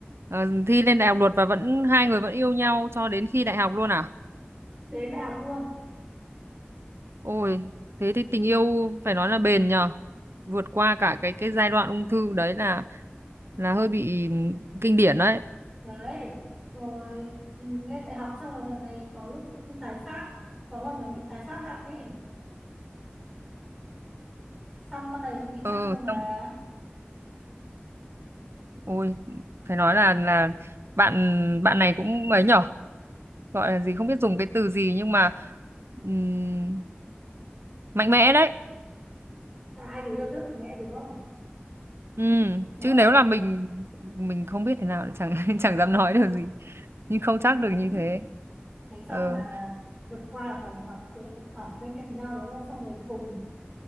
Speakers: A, on the right; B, in the centre.
A: ờ, thi lên đại học luật và vẫn hai người vẫn yêu nhau cho đến khi đại học luôn à?
B: đến đại học luôn
A: Ôi, thế thì tình yêu phải nói là bền nhờ. Vượt qua cả cái cái giai đoạn ung thư đấy là là hơi bị kinh điển đấy.
B: đấy rồi ừ, lên đại học xong rồi thằng này có lúc cũng tái phát có lần nó bị tái phát lại ấy xong con này cũng đi
A: Ờ
B: chăm cơ mà
A: xong ôi phải nói là là bạn bạn này cũng ấy nhở, gọi là gì không biết dùng cái từ gì nhưng mà ừm, mạnh mẽ đấy.
B: cả hai đứa đều rất mạnh mẽ đúng không
A: Ừ,
B: đúng
A: chứ
B: không
A: nếu là mình mình không biết thế nào thì chẳng <laughs> chẳng dám nói được gì, nhưng không chắc
B: đấy
A: được như thế.
B: thế xong
A: Ờ.
B: là vượt qua là thời đại học thì cũng ở bên cạnh nhau đúng không xong rồi cùng